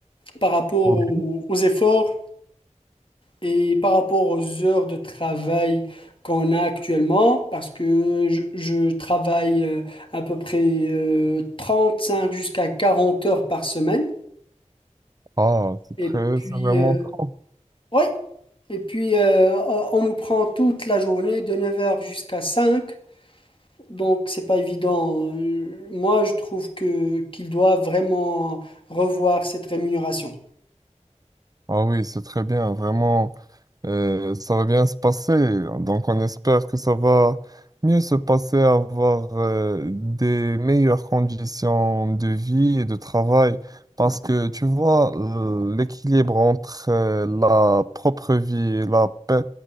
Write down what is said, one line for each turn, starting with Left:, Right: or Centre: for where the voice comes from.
Left: par rapport
Right: Oui.
Left: au- aux efforts et par rapport aux heures de travail qu'on a actuellement, parce que je, je travaille euh, à peu près euh, cinq jusqu'à 40 heures par semaine.
Right: Ah, c'est
Left: Et
Right: très,
Left: puis,
Right: c'est vraiment
Left: euh,
Right: trop.
Left: ouais. et puis euh, on nous prend toute la journée de neuf heures jusqu'à cinq, Donc, c'est pas évident. Euh, Moi, je trouve que qu'il doit vraiment revoir cette rémunération.
Right: Ah oui, c'est très bien, vraiment, euh, ça va bien se passer. Donc, on espère que ça va mieux se passer, avoir euh, des meilleures conditions de vie et de travail. Parce que, tu vois, euh, l'équilibre entre euh, la propre vie et la, pe-